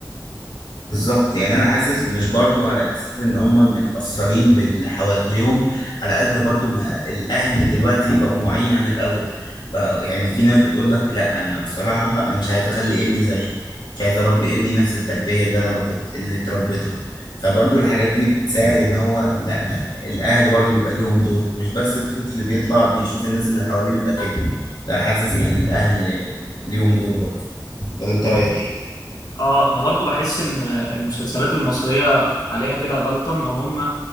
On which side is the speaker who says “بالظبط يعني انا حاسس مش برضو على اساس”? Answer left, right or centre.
Left